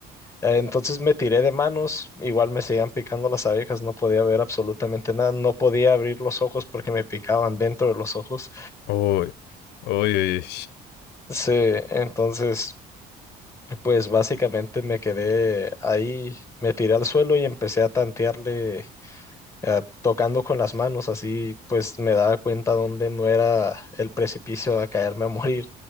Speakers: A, on the left (about 15°); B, on the left (about 85°).
A: Eh, Entonces me tiré de manos, igual me seguían picando las abejas, no podía ver absolutamente nada, no podía abrir los ojos porque me picaban dentro de los ojos.
B: Uy, uy, uy.
A: Sí, entonces, pues básicamente me quedé ahí, me tiré al suelo y empecé a tantearle, eh, tocando con las manos, así pues me daba cuenta dónde no era el precipicio a caerme a <laughs> morir.